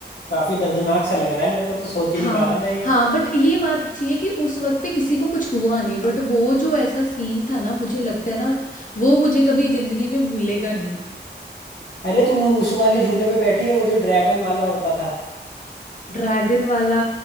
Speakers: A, on the left; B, on the left.
A: काफी दर्दनाक सा लग रहा है मेरे को तो सोच ही
B: हाँ
A: नहीं पा रहा मैं
B: हाँ बट ये बात अच्छी है कि उस वक्त पे किसी को कुछ हुआ नहीं बट वो जो ऐसा सीन था ना मुझे लगता है ना वो मुझे कभी जिंदगी में भूलेगा नहीं
A: अरे तू उ- उस वाले झूले पे बैठी है वो जो ड्रैगन वाला होता था
B: ड्रैगन वाला